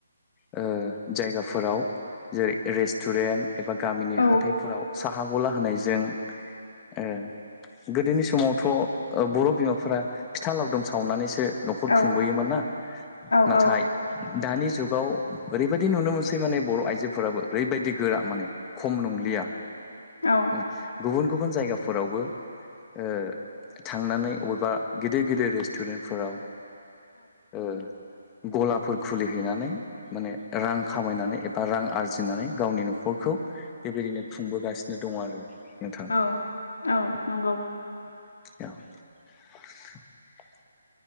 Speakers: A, on the left; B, on the left.
A: ओ जायगाफोराव जेरै रेस्टुरेन्ट एबा गामिनि
B: औ
A: हाथायफोराव साहा गला होनायजों ओ गोदोनि समावथ' बर' बिमाफोरा फिथा लावदुम सावनानैसो न'खर
B: औ
A: खुंबोयोमोन ना नाथाय
B: औ
A: दानि जुगाव ओरैबायदि नुनो मोन सै माने बर' आइजोफोराबो ओरैबायदि गोरा माने खम नंलिया
B: औ
A: माने गुबुन गुबुन जायगाफोरावबो ओ थांनानै अबेबा गेदिर गिदिर रेस्टुरेन्टफोराव ओ गलाफोर खुलिहैनानै माने रां खामायनानै एबा रां आरजिनानै गावनि न'खरखौ बेबायदिनो खुंबोगासिनो दङ आरो नोंथां
B: औ औ नंगौ
A: औ <unintelligible>